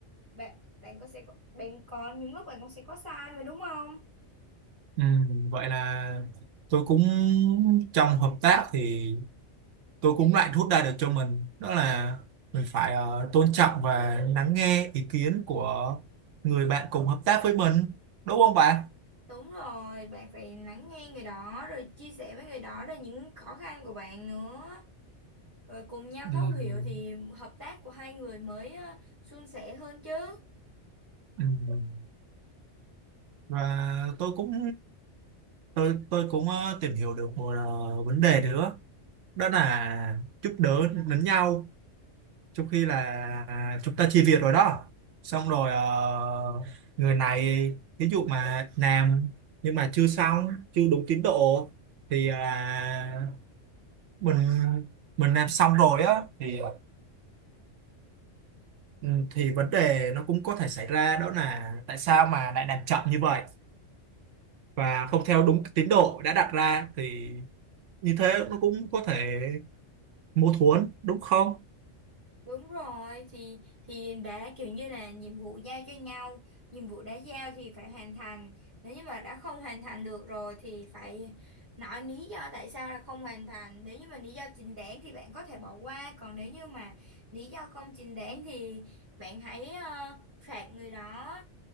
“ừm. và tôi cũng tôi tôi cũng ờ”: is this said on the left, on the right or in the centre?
Right